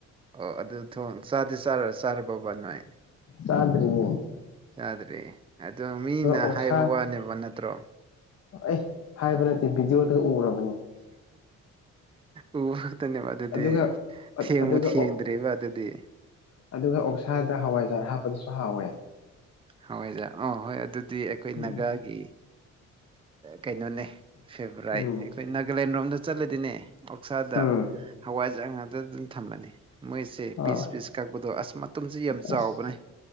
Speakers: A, on the right (about 20°); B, on the left (about 55°).
A: ꯑꯣ ꯑꯗꯨ ꯊꯣꯡ ꯆꯥꯗꯤ ꯆꯥꯔꯔ ꯆꯥꯔꯔꯕꯕ ꯅꯣꯏ
B: ꯆꯥꯗꯔꯤꯌꯦ
A: ꯆꯥꯗ꯭ꯔꯦ ꯑꯗꯣ ꯃꯤꯅ
B: ꯑꯣꯛꯁꯥ
A: ꯍꯥꯏꯕ ꯋꯥꯅꯦꯕ ꯅꯠꯇ꯭ꯔꯣ
B: ꯑꯦ ꯍꯥꯏꯕ ꯅꯠꯇꯦ ꯕꯤꯗꯤꯑꯣꯗ ꯎꯔꯕ
A: ꯎꯕ ꯈꯛꯇꯅꯦ ꯑꯗꯨꯗꯤ
B: ꯑꯗꯨꯒ
A: ꯊꯦꯡꯕ
B: ꯑꯗꯨꯒ
A: ꯊꯦꯡꯗꯔꯤꯕ ꯑꯗꯨꯗꯤ
B: ꯑꯗꯨꯒ ꯑꯣꯛꯁꯥꯗ ꯍꯋꯥꯏꯖꯥꯔ ꯍꯥꯞꯄꯗꯁꯨ ꯍꯥꯎꯋꯦ
A: ꯍꯋꯥꯏꯖꯥꯔ ꯑ ꯍꯣꯏ ꯑꯗꯨꯗꯤ ꯑꯩꯈꯣꯏ
B: ꯎꯝ
A: ꯅꯒꯥꯒꯤ ꯀꯩꯅꯣꯅꯦ ꯐꯦꯕꯣꯔꯥꯏꯠ
B: ꯎꯝ
A: ꯑꯩꯈꯣꯏ ꯅꯥꯒꯥꯂꯦꯟꯔꯣꯝꯗ ꯆꯠꯂꯗꯤꯅꯦ ꯑꯣꯛꯁꯥꯗ
B: ꯎꯝ
A: ꯍꯋꯥꯏꯖꯥꯔ ꯉꯛꯇ ꯑꯗꯨꯝ ꯊꯝꯂꯅꯤ ꯃꯣꯏꯁꯦ
B: ꯑꯥ
A: ꯄꯤꯁ ꯄꯤꯁ ꯀꯛꯄꯗꯣ ꯑꯁ ꯃꯇꯁꯦ ꯌꯥꯝ
B: ꯑꯁ
A: ꯆꯥꯎꯕꯅꯦ